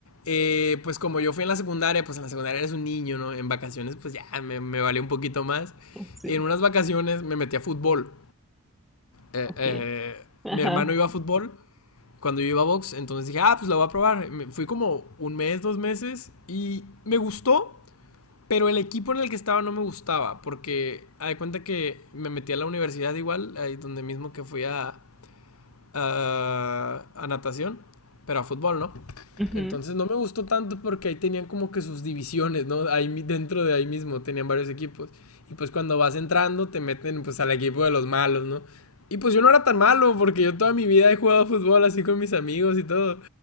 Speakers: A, on the left; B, in the centre.
A: Eh, pues como yo fui en la secundaria, pues en la secundaria eres un niño, ¿no? En vacaciones, pues ya me, me valió un poquito más.
B: Sí.
A: En unas vacaciones me metí a fútbol. Eh,
B: Ok.
A: eh,
B: <laughs>
A: mi hermano iba
B: Ajá.
A: a fútbol cuando yo iba a box, entonces dije, ah, pues la voy a probar. Fui como un mes, dos meses y me gustó, pero el equipo en el que estaba no me gustaba, porque haz de cuenta que me metí a la universidad igual, ahí donde mismo que fui a, a, a natación, pero a fútbol, ¿no?
B: Ujú.
A: Entonces no me gustó tanto porque ahí tenían como que sus divisiones, ¿no? Ahí dentro de ahí mismo tenían varios equipos. Y pues cuando vas entrando te meten pues al equipo de los malos, ¿no? Y pues yo no era tan malo porque yo toda mi vida he jugado fútbol así con mis amigos y todo.